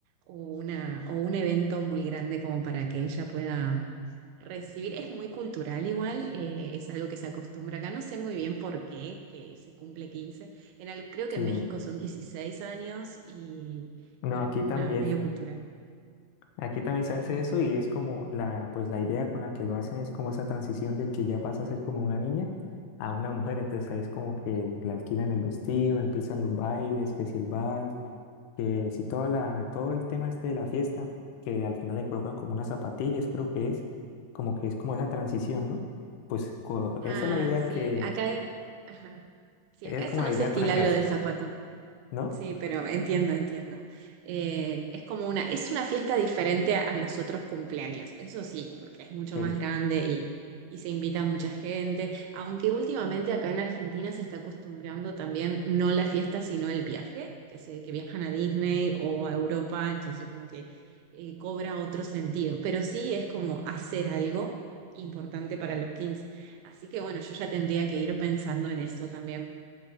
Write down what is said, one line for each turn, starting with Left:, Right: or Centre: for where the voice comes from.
Right: o una, o un evento muy grande como para que ella pueda recibir. Es muy cultural igual, eh, es algo que se acostumbra acá. No sé muy bien por qué, que se cumple quince En al- creo
Left: sí.
Right: que en México son 16 años y
Left: No,
Right: bueno,
Left: aquí
Right: es como
Left: también.
Right: una medio cultural.
Left: Aquí también se
Right: Ajá.
Left: hace eso y es como la, pues la idea con la que lo hacen es como esa transición de que ya pasa a ser como una niña a una mujer. Entonces ahí es como que le alquilan el vestido, empiezan los bailes, que si el bar, que si toda la, todo el tema este de la fiesta, que al final le colocan como unas zapatillas, creo que es, como que es como esa transición, ¿no? Pues co-
Right: Ah,
Left: esa es la idea
Right: sí,
Left: que,
Right: acá, ajá. Sí,
Left: es
Right: acá eso
Left: como
Right: no
Left: la idea
Right: se estila
Left: con la que
Right: lo
Left: hacen,
Right: del zapato.
Left: ¿no?
Right: Sí, pero entiendo, entiendo. Eh, es como una, es una fiesta diferente a, a los otros cumpleaños, eso sí, porque es mucho
Left: Sí,
Right: más grande y, y se invita a mucha gente, aunque últimamente acá en Argentina se está acostumbrando también no la fiesta, sino el viaje, que se, que viajan a Disney o a Europa, entonces como que eh, cobra otro sentido, pero sí es como hacer algo importante para los 15. Así que bueno, yo ya tendría que ir pensando en eso también.